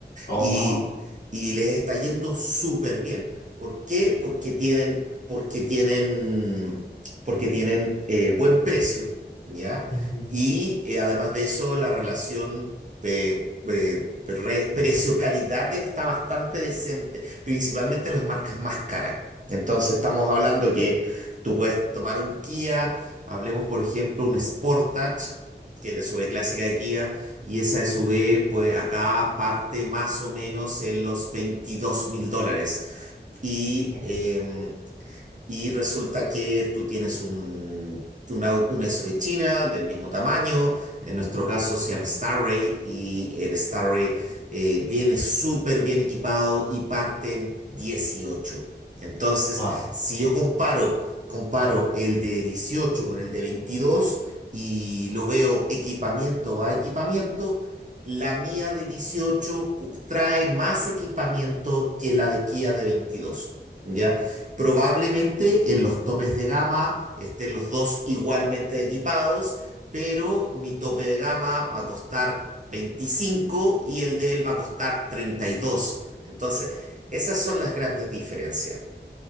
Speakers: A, on the left; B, on the right.
A: Oh,
B: y,
A: wow.
B: y les está yendo súper bien. ¿Por qué? Porque tienen, porque tienen, porque tienen eh, buen precio, ¿ya?
A: Ujú,
B: Y eh, además de eso, la relación de, de pre- precio-calidad está bastante decente, principalmente las marcas más caras. Entonces estamos hablando que tú puedes tomar un Kia, hablemos por ejemplo un Sportage, que es la SUV clásica de Kia, y esa SUV, pues acá parte más o menos en los veintidós mil dólares. Y
A: ujú.
B: eh, y resulta que tú tienes un, un au- una SUV china del mismo tamaño, en nuestro caso se llama Starray y el Starray eh, viene súper bien equipado y parten dieciocho Entonces,
A: Wow.
B: si yo comparo, comparo el de 18 con el de 22 y lo veo equipamiento a equipamiento, la mía de 18 cu- trae más equipamiento que la de Kia de veintidós ¿Ya? Probablemente en los topes de gama estén los dos igualmente equipados, pero mi tope de gama va a costar 25 y el de él va a costar 32. Entonces, esas son las grandes diferencias.